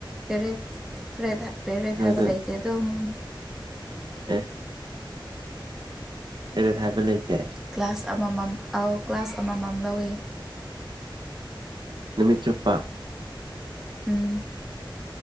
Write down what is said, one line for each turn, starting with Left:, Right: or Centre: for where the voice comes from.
Centre: ꯄꯦꯔꯠ ꯄꯦꯔꯠ ꯍꯥ ꯄꯦꯔꯠ
Right: ꯅꯣꯏꯗ
Centre: ꯍꯥꯏꯕ ꯂꯩꯇꯦ ꯑꯗꯨꯝ
Right: ꯑꯦ ꯄꯦꯔꯠ ꯍꯥꯏꯕ ꯂꯩꯇꯦ
Centre: ꯀ꯭ꯂꯥꯁ ꯑꯃꯥꯃꯝ ꯑꯧ ꯀ꯭ꯂꯥꯁ ꯑꯃꯥꯃꯝ ꯂꯧꯋꯦ
Right: ꯅꯨꯃꯤꯠ ꯆꯨꯞꯄꯥ
Centre: ꯎꯝ